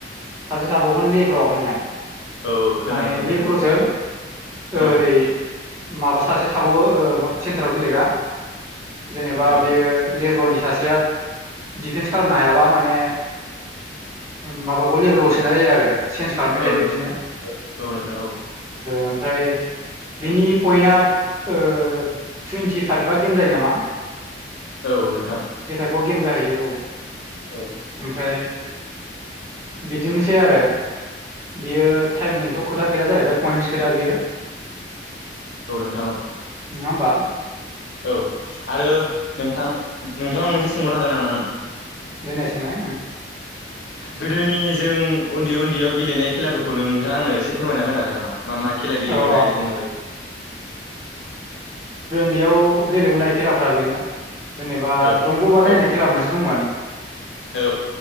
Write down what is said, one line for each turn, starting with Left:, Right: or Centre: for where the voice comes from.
Right: सासे थाबावगोन लेब्र' होननाय
Left: औ खोनानो
Right: माने
Left: मोनदों
Right: लेब्र'जों
Left: लेब्रौ औ
Right: ओरै माबा सासे थाबावो सेन्टाराव गेलेग्रा जेनेबा
Left: औ
Right: बेयो लेब्र'नि सासेया दिफेन्स खालामनो हायाबा माने माबाखौ लेब्राव सोनाय जायो आरो चेन्ज खालामबाय
Left: औ
Right: थायो बिदिनो
Left: औ नोंथां
Right: ओमफ्राय बिनि पइन्टआ ओ टुइन्टि फाइभ बा गेम जायो नामा
Left: औ नोंथां
Right: ब बाव गेम जाहैयो औ
Left: औ
Right: ओमफ्राय बिदिनोसै आरो बियो टाइमजोंथ खोथा गैला जाहैबाय पइन्टनि सो खोथा बियो
Left: औ नोंथां औ
Right: नङा होम्बा
Left: औ आरो नोंथां नोंथाङनाव मोनसे सोंबरनो हागोन नामा आङो
Right: देनाय सोंनाय
Left: गोदोनि जों उन्दै उन्दैयाव गेलेनाय खेलाफोरखौ नोंथाङा आंनो एसे फोरमायना होनो हागोन नामा? मा मा खेला गेलेबोनाय
Right: अ
Left: जोङो
Right: दैयाव गेलेबोनाय खेलाफोरा बेनो जेनेबा
Left: औ
Right: दंग' बार
Left: दे
Right: नायनाय खेला मोनसे दंमोन
Left: औ